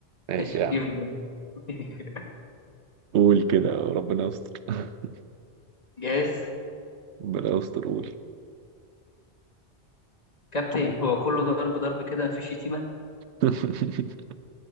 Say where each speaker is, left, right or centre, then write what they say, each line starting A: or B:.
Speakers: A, on the right; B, on the left.
A: ماشي
B: ماشي
A: يا
B: جيب
A: عم
B: <laughs>
A: قول كده ربنا يستر <laughs>
B: جاهز
A: ربنا يستر قول
B: كابتن هو كله ضرب ضرب كده مفيش شتيمة
A: <laughs>